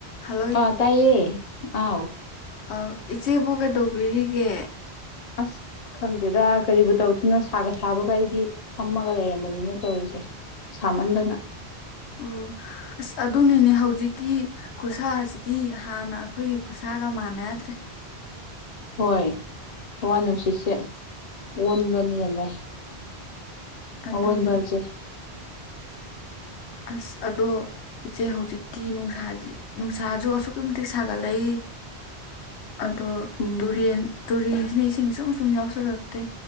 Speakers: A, on the left (about 80°); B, on the left (about 45°).
A: Hello
B: ꯑ ꯇꯥꯏꯌꯦ ꯑꯥꯎ
A: ꯑꯧ ꯏꯆꯦꯕꯨ ꯀꯩꯗꯧꯕꯤꯔꯤꯒꯦ꯫
B: ꯑꯁ ꯈꯪꯗꯦꯗ ꯀꯔꯤꯕꯨ ꯇꯧꯗꯣꯏꯅꯣ ꯁꯥꯒ ꯁꯥꯕꯒ ꯑꯩꯗꯤ ꯐꯝꯃꯒ ꯂꯩꯔꯝꯕꯅꯤꯅ ꯇꯧꯔꯤꯁꯦ ꯁꯥꯃꯟꯗꯅ
A: ꯑꯣ ꯑꯁ ꯑꯗꯨꯅꯤꯅꯦ ꯍꯧꯖꯤꯛꯀꯤ ꯈꯨꯠꯁꯥꯁꯤꯗꯤ ꯍꯥꯟꯅ ꯑꯩꯈꯣꯏꯒꯤ ꯈꯨꯁꯥꯒ ꯃꯥꯟꯅꯗ꯭ꯔꯦ
B: ꯍꯣꯏ ꯍꯋꯥ ꯅꯨꯡꯁꯤꯠꯁꯦ ꯑꯣꯟꯕꯅꯦꯅꯦ
A: ꯑꯗꯨꯅꯦ
B: ꯑꯋꯣꯟꯕꯁꯦ
A: ꯑꯁ ꯑꯗꯣ ꯏꯆꯦ ꯍꯧꯖꯤꯛꯇꯤ ꯅꯨꯡꯁꯥꯁꯤ ꯅꯨꯡꯁꯥꯁꯨ ꯑꯁꯨꯛꯀꯤ ꯃꯇꯤꯛ ꯁꯥꯒꯠꯂꯛꯏ ꯑꯗꯣ
B: ꯎꯝ
A: ꯇꯨꯔꯦꯟ ꯇꯨꯔꯦꯟꯁꯤꯅ ꯏꯁꯤꯡ ꯁꯨꯝ ꯁꯨꯝ ꯌꯥꯎꯁꯜꯂꯛꯇꯦ